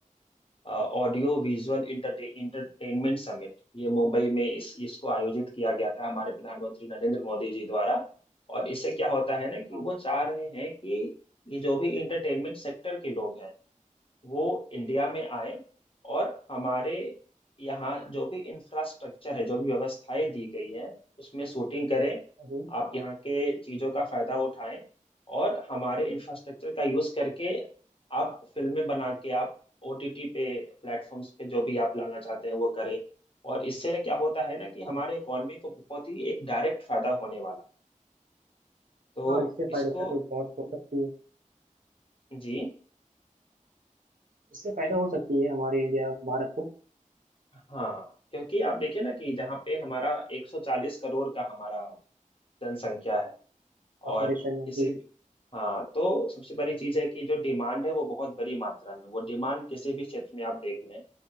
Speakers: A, on the left; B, on the right.
A: audio visual entertainment summit ये मुंबई में इस इसको आयोजित किया गया था हमारे प्रधानमंत्री नरेंद्र मोदी जी द्वारा और इससे क्या होता है ना कि
B: हाँ
A: वो चाह रहे हैं कि ये जो भी इंटरटेनमेंट सेक्टर के लोग हैं वो इंडिया में आए और हमारे यहाँ जो भी इंफ्रास्ट्रक्चर है जो भी व्यवस्थाएं दी गई हैं उसमें शूटिंग करें
B: हम्म,
A: आप यहाँ के चीज़ों का फायदा उठाएं और हमारे इंफ्रास्ट्रक्चर का यूज़ करके आप फिल्में बना के आप ओटीटी पे प्लेटफॉर्म्स पे जो भी आप लाना चाहते हैं वो करें और इससे ना क्या होता है ना कि हमारे
B: हम्म।
A: इकोनॉमी को बहुत ही एक डायरेक्ट फायदा होने वाला है तो
B: हाँ इससे
A: इसको
B: फायदा तो बहुत हो सकती है
A: जी
B: इससे फायदा हो सकती है हमारे इंडिया भारत को
A: हाँ क्योंकि आप देखिए ना कि जहाँ पे हमारा 140 करोड़ का हमारा जनसंख्या है
B: पॉपुलेशन
A: और
B: में
A: किसी
B: जी
A: हाँ तो सबसे बड़ी चीज़ है कि जो डिमांड है वो बहुत बड़ी मात्रा में वो डिमांड किसी भी क्षेत्र में आप देख लें